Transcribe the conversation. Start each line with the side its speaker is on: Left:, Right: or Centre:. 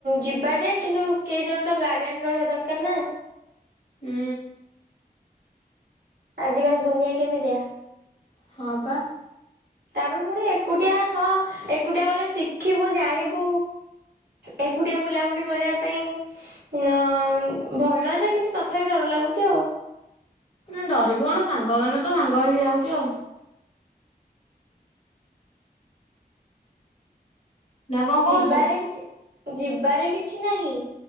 Right: ଯିବା ଯେ କିନ୍ତୁ କିଏ ଜଣ ତ ଗାର୍ଡିଆନ ରହିବା ଦରକାର ନା।
Left: ହୁଁ।
Right: ଆଜିକାଲି ଦୁନିଆ କେମିତିଆ।
Left: ହଁ ପା।
Right: ତାପରେ ଫୁଣି ଏକୁଟିଆ ହଁ ଏକୁଟିଆ ଗଲେ ଶିଖିବୁ ଜାଣିବୁ। ଏକୁଟିଆ ବୁଲାବୁଲି କରିବା ପାଇଁ ନାଁଇ ଭଲ ଯେ କିନ୍ତୁ ତଥାପି ଡର ଲାଗୁଛି ଆଉ।
Left: ନାଁ ଡରିବୁ କଣ ସାଙ୍ଗମାନେ ତ ସାଙ୍ଗ ହେଇକି ଯାଉଚେ ଆଉ। ନା କଣ କହୁଛୁ?
Right: ଯିବାରେ କିଛି ଯିବାରେ କିଛି ନାହିଁ